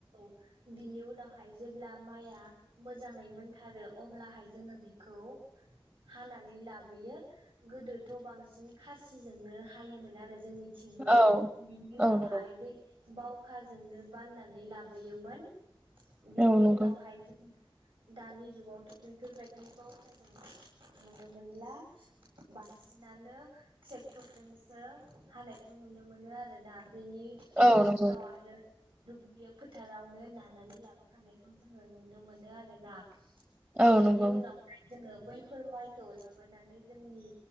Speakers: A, on the right; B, on the right.
A: बिनि उनावहाय जेब्ला माइआ मोजाङै मोनथारो अब्लाहाय जोङो बिखौ हानाानानै लाबो यो गोदोथ बांसिन खासिजोंनो हायोमोन आरो जोंनि थिंबो
B: औ
A: बिनि उनावहाय
B: औ नंगौ
A: बै बावखाजोंनो बाननानै लाबोयोमोन बिनि
B: औ नंगौ
A: उनावहाय जों दानि जुगावथ बेफोरबायदि बावखाजोंखौ नुनो मोनला। बांसिनानो ट्रेक्टरजोंसो हानायखौ नुनो मोनो आरोना बेनि
B: औ नंगौ
A: उनाव आरो दुब्लि फोथारावनो नानानै लाबोखानायखौ जोङो नुनो मोनो आरोना।
B: औ
A: बिनि
B: नंगौ
A: उनावहाय जोङो बैफोर माइखौ लाबोनानै जोंनि